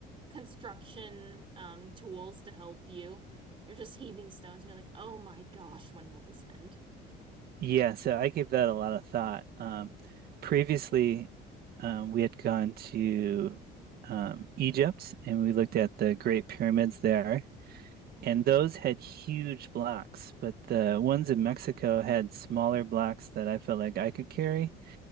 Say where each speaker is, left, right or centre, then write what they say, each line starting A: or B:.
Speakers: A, on the right; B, on the right.
A: construction um, tools to help you. You're just heaving stones. You're like, oh my gosh, when will this end?
B: Yeah, so I gave that a lot of thought. Um, previously, um, we had gone to um, Egypt and we looked at the Great Pyramids there,
A: hmm
B: and those had huge blocks, but the ones in Mexico had smaller blocks that I felt like I could carry.